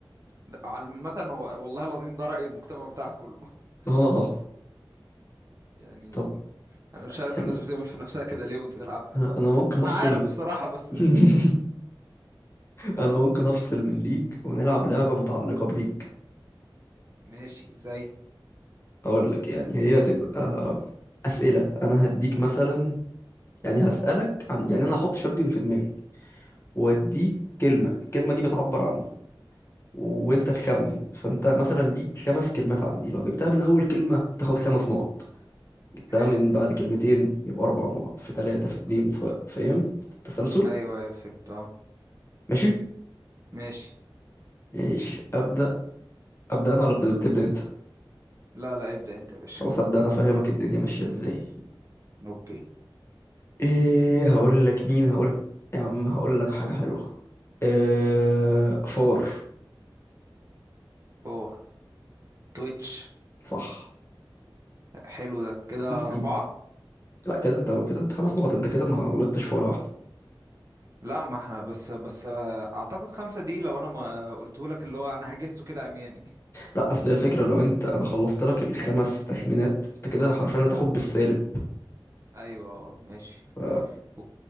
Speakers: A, on the right; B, on the left.
A: ده عامه هو- والله العظيم ده راي المجتمع بتاعها كله <laughs>
B: اه
A: يعني
B: طب
A: انا مش عارف
B: يعني
A: الناس بتعمل في نفسها كده ليه وانت تلعبها
B: انا
A: يعني
B: انا ممكن افصل
A: انا عارف بصراحه بس
B: <laughs> انا ممكن افصل من ليج ونلعب لعبة متعلقة بليج
A: <laughs> ماشي زي
B: اقول لك يعني هي هتبقى اسئلة انا هديك مثلا يعني هسألك عن يعني انا هحط شامبيون في دماغي واديك كلمة الكلمة دي بتعبر عنه وانت
A: ماشي
B: تخمن فانت مثلا ليك خمس كلمات عندي لو جبتها من اول كلمة تاخد خمس نقط جبتها
A: حلو
B: من بعد كلمتين يبقى اربع نقط في ثلاثة في اتنين
A: ك-
B: ف... فهمت التسلسل
A: ايوه أيوة، فهمت اه
B: ماشي
A: ماشي
B: ماشي ابدا ابدا انا ولا بت- بتبدا انت
A: لا لا ابدأ انت يا باشا
B: خلاص ابدا انا فاهمك الدنيا ماشية ازاي
A: اوكي
B: ايه هقول لك مين هقول يا عم هقول لك حاجة حلوة إيه فار
A: فور تويتش
B: صح
A: حلو ده كده
B: قول تيم
A: أربعة
B: لا كده انت كده انت خمس نقط انت كده ما غلطتش في ولا واحدة
A: لا ما احنا بس بس آه، أعتقد خمسة دي لو أنا ما قلته لك اللي هو أنا هجسه كده عمياني <laughs>
B: لا اصل هي الفكرة لو انت انا خلصت لك الخمس تخمينات انت كده حرفيا هتاخد بالسالب
A: أيوة اه، ماشي
B: ف-
A: أوك-